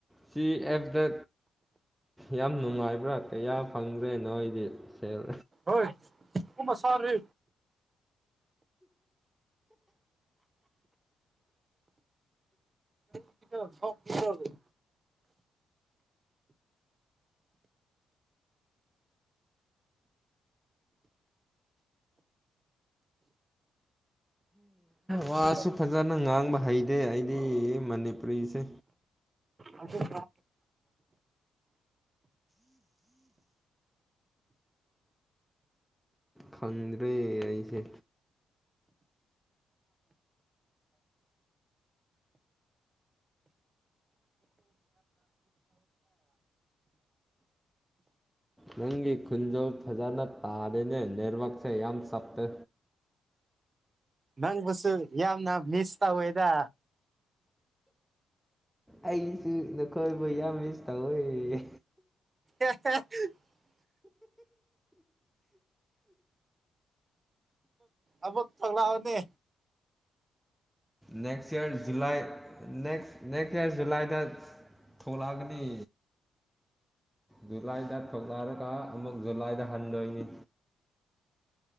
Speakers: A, in the centre; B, on the right.
A: ꯁꯤ ꯑꯦꯐꯗ ꯌꯥꯝ ꯅꯨꯡꯉꯥꯏꯕ꯭ꯔꯥ ꯀꯌꯥ ꯐꯪꯗ꯭ꯔꯦ ꯅꯣꯏꯗꯤ ꯁꯦꯜ
B: ꯍꯣꯏ ꯎꯃ ꯁꯔ ꯍ ꯀꯗ ꯀꯔꯤꯒꯤꯅꯣ
A: ꯋꯥꯁꯨ ꯐꯖꯅ ꯉꯥꯡꯕ ꯍꯩꯇꯦ ꯑꯩꯗꯤ ꯃꯅꯤꯄꯨꯔꯤꯁꯦ
B: ꯑꯗꯨꯒ
A: ꯈꯪꯗ꯭ꯔꯦ ꯑꯩꯁꯦ ꯅꯪꯒꯤ ꯈꯨꯟꯖꯣ ꯐꯖꯅ ꯇꯥꯔꯤꯦꯅꯦ ꯅꯦꯠꯋꯥꯛꯁꯦ ꯌꯥꯝ ꯁꯞꯇꯦ
B: ꯅꯪꯕꯨꯁꯨ ꯌꯥꯝꯅ ꯃꯤꯁ ꯇ ꯍꯣꯏꯗ
A: ꯑꯩꯁꯨ ꯅꯈꯣꯏꯕꯨ ꯌꯥꯝ ꯃꯤꯁ ꯇꯧꯋ
B: <unintelligible> ꯑꯕꯛ ꯐꯒꯂꯥꯅꯦ
A: next year July next next year ꯖꯨꯂꯥꯏꯗ ꯊꯣꯛꯂꯛꯑꯒꯅꯤ ꯖꯨꯂꯥꯏꯗ ꯊꯣꯛꯂꯔꯒ ꯑꯃꯨꯛ ꯖꯨꯂꯥꯏꯗ ꯍꯟꯗꯣꯏꯅꯤ